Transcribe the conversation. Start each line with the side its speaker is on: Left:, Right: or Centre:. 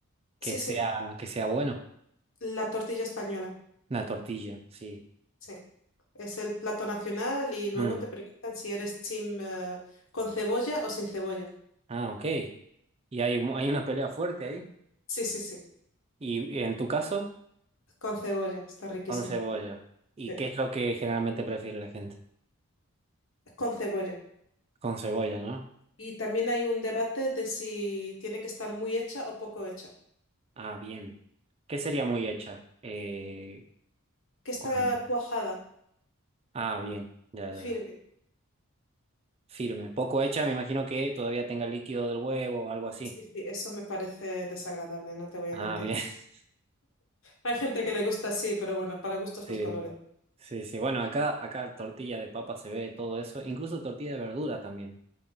Left: sí,
Right: que sea,
Left: sí,
Right: que sea bueno?
Left: la tortilla española,
Right: Una tortilla, sí.
Left: sí. Es el plato nacional y luego
Right: Mm.
Left: te preguntan si eres team, eh, con cebolla o sin cebolla.
Right: Ah, ok. Y hay, un- hay una pelea fuerte ahí.
Left: Sí, sí, sí,
Right: Y, y en tu caso,
Left: con cebolla, está riquísima.
Right: con cebolla. ¿Y
Left: Sí,
Right: qué es lo que generalmente prefiere la gente?
Left: con cebolla.
Right: Con cebolla, ¿no?
Left: Y también hay un debate de si tiene que estar muy hecha o poco hecha.
Right: Ah, bien. ¿Qué sería muy hecha? Eh,
Left: Que está
Right: con...
Left: cuajada,
Right: Ah, bien. Ya,
Left: firme.
Right: ya, ya. firme. Poco hecha, me imagino que todavía tenga líquido del huevo o algo así.
Left: Sí, sí, eso me parece desagradable, no te voy
Right: Ah,
Left: a mentir.
Right: bien. <laughs>
Left: Hay gente que le gusta así, pero bueno, para gustos
Right: Sí,
Left: los colores.
Right: sí, sí. Bueno, acá, acá tortilla de papa se ve todo eso. Incluso tortilla de verdura también.